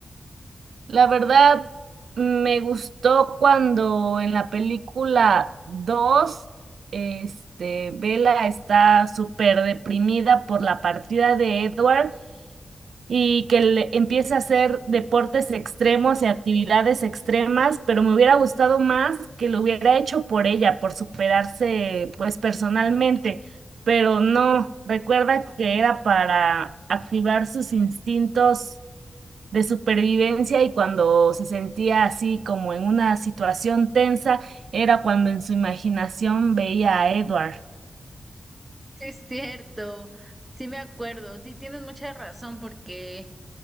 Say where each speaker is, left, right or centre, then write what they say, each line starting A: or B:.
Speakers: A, on the right; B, on the right.
A: La verdad, me gustó cuando en la película 2 este, Bella está súper deprimida por la partida de Edward y que le- empiece a hacer deportes extremos y actividades extremas, pero me hubiera gustado más que lo hubiera hecho por ella, por superarse pues personalmente, pero no, recuerda que era para activar sus instintos de supervivencia y cuando se sentía así como en una situación tensa, era cuando en su imaginación veía a Edward.
B: Sí, es cierto, sí me acuerdo, sí tienes mucha razón porque,